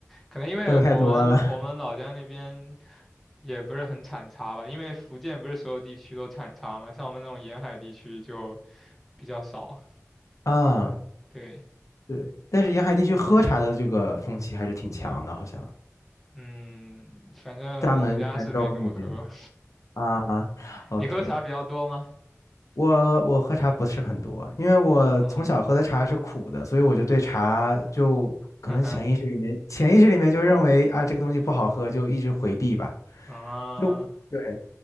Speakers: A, in the centre; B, on the left.
A: 可能因为我们我们老家那边
B: 喝的太多了
A: 也不是很产茶吧，因为福建不是所有地区都产茶嘛，像我们这种沿海地区就比较少。
B: 啊，
A: 对，
B: 对，但是沿海地区喝茶的这个风气还是挺强的，好像
A: 嗯，反正我们家是没怎么喝。
B: 厦门、泉州那边。啊，OK，
A: <laughs> 你喝茶比较多吗？
B: 我我喝茶不是很多，因为我从小喝的茶是苦的，
A: 嗯，
B: 所以我就对茶就可能潜意识里面潜意识里面就认为啊这个东西不好喝，
A: <laughs> 呵呵，
B: 就一直回避吧。
A: 啊，
B: 就对，